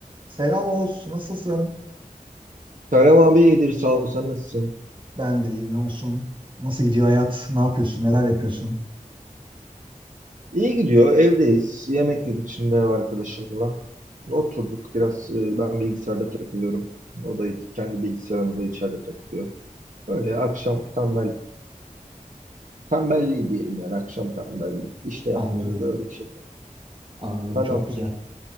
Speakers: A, on the right; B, on the right.
A: Selam Oğuz, nasılsın?
B: Selam abi iyidir sağ ol sen nasılsın?
A: Ben de iyiyim, ne olsun? Nasıl gidiyor hayat? Ne yapıyorsun? Neler yapıyorsun?
B: İyi gidiyor evdeyiz yemek yedik şimdi ev arkadaşımla. Oturduk biraz e, ben bilgisayarda takılıyorum. O da kendi bilgisayarında içeride takılıyor. Öyle akşam tembel tembelliği diyelim yani akşam tembelliği. İş de yapmıyoruz
A: Anladım,
B: da öyle bir şeyler.
A: anladım.
B: Sen
A: Çok
B: ne yapıyorsun?
A: güzel.